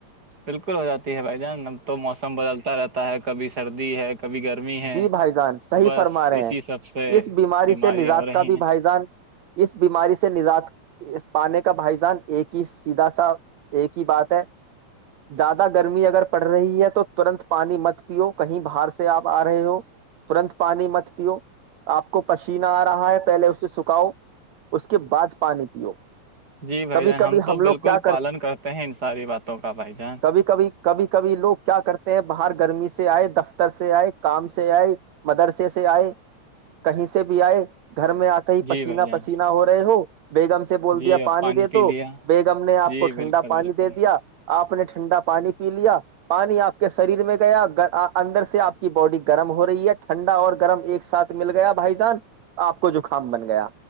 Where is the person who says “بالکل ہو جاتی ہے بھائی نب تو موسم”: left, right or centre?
Right